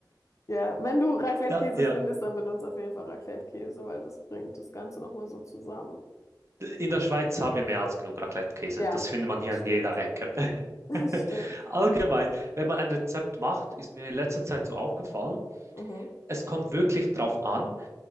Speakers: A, on the left; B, on the right.
A: Ja, wenn du Raclette-Käse
B: Ja, ja.
A: findest, dann benutzt auf jeden Fall Raclette-Käse, weil das bringt das Ganze nochmal so zusammen.
B: In der Schweiz haben wir mehr als genug Raclette-Käse.
A: Ja,
B: Das findet man hier
A: das
B: an
A: stimmt.
B: jeder Ecke. <laughs>
A: <laughs> Das stimmt.
B: Allgemein, wenn man ein Rezept macht, ist mir in letzter Zeit so aufgefallen,
A: Mhm.
B: es kommt wirklich darauf an,